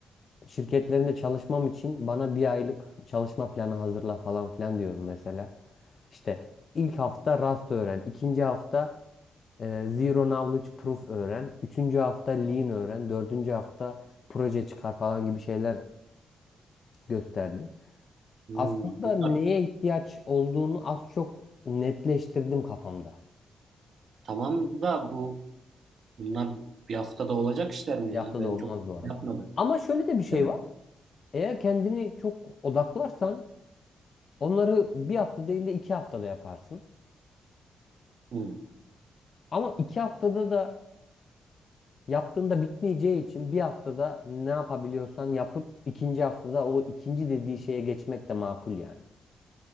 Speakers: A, on the left (about 50°); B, on the right (about 60°).
A: şirketlerinde çalışmam için bana bir aylık çalışma planı hazırla falan filan diyorum mesela. İşte ilk hafta Rust öğren, ikinci hafta Ee, Zero Knowledge Proof öğren. Üçüncü hafta Lean öğren. Dördüncü hafta proje çıkar falan gibi şeyler gösterdi.
B: Hmm.
A: Aslında
B: Bunlar
A: neye ihtiyaç olduğunu az çok netleştirdim kafamda.
B: tamam da bu bunlar bir haftada olacak işler mi
A: Bir
B: ya?
A: haftada
B: Ben
A: olmaz
B: çok
A: bu arada.
B: yapmadım.
A: Ama şöyle de bir şey
B: Değil mi?
A: var. Eğer kendini çok odaklarsan onları bir hafta değil de iki haftada yaparsın.
B: Hı.
A: Ama iki haftada da yaptığında bitmeyeceği için bir haftada ne yapabiliyorsan yapıp ikinci haftada o ikinci dediği şeye geçmek de makul yani.